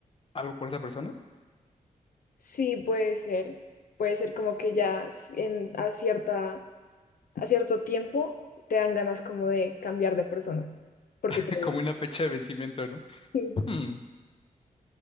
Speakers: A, on the left; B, on the left.
A: algo por esa persona,
B: Sí, puede ser. Puede ser como que ya si- en, a cierta, a cierto tiempo te dan ganas como de cambiar de persona, porque
A: <laughs>
B: te aburre.
A: como una fecha de vencimiento, ¿no?
B: Sí.
A: Hmm,